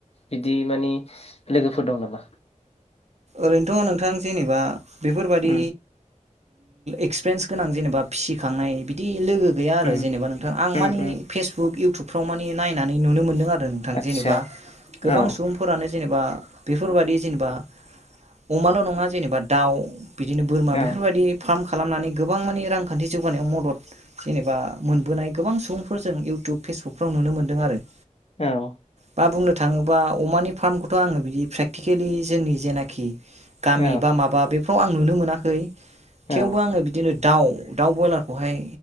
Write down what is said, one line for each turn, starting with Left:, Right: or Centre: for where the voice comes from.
Left: बिदि मानि लोगोफोर दं नामा?
Right: ओरैनोथ' नोंथां जेनेबा बेफोरबादि
Left: उम
Right: एक्सपिरिन्स गोनां जेनेबा फिसिखांनाय बिदि लोगो गैया आरो
Left: उम
Right: जेनेबा नोंथां आं मानि
Left: उम उम
Right: फेसबुक इउटुबफ्राव मानि नायनानै नुनो मोनदों आरो थां
Left: आदसा
Right: जेनेबा गोबां
Left: औ
Right: सुबुंफोरानो जेनेबा बेफोरबादि जेनेबा अमाल' नङा जेनेबा दाउ बिदिनो बोरमा
Left: औ
Right: बेफोरबायदि फार्म खालामनानै गोबां मानि रांखान्थि जौगानायाव मदद जेनेबा मोनबोनाय गोबां सुबुंफोर जों इउटुब फेसबुकफ्राव नुनो मोनदों आरो
Left: औ
Right: बा बुंनो थाङोबा अमानि फार्मखौथ' आङो बिदि प्रेकटिकेलि जोंनि जेनाखि गामि
Left: औ
Right: बा माबा बेफ्राव आं नुनो मोनाखै
Left: औ
Right: थेवबो आङो बिदिनो दाउ दाउ ब्रयलारखौहाय